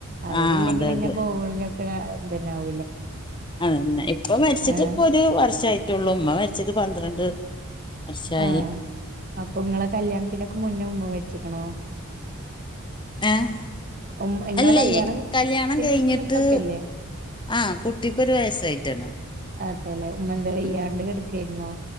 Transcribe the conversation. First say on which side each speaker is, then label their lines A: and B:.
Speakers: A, on the right (about 40°); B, on the left (about 20°).
A: അവരില്ലെങ്കി
B: ആഹ് അതെ
A: പിന്നെ
B: അതെ
A: പോകലൊക്കെ ക ഇതന്നെ ആവും.
B: അതന്നെ. ഇപ്പൊമരിച്ചിട്ട്
A: ആഹ്
B: ഇപ്പൊ ഒരു വർഷായി. റ്റൊള്ളൂ. ഉമ്മ മരിച്ചിട്ട് പന്ത്രണ്ട് വർഷായി
A: ആഹ് അപ്പൊ ഇങ്ങളെ കല്യാണത്തിനൊക്കെ മുന്നെ ഉമ്മ മരിച്ചിക്ണോ?
B: ഏഹ്?
A: ഉം ഇങ്ങളെ
B: അല്ലേയ്
A: കല്യാണത്തിന്റെ
B: കല്യാണം കഴിഞ്ഞിട്ട്
A: സമയത്തൊക്കെല്ലേ
B: ആഹ് കുട്ടിക്കൊരു വയസ്സായിട്ടാണ്.
A: അതെല്ലെ. ഉമ്മ എന്താ വെയ്യാണ്ട്
B: ഉം
A: കെടക്കേര്ന്നോ?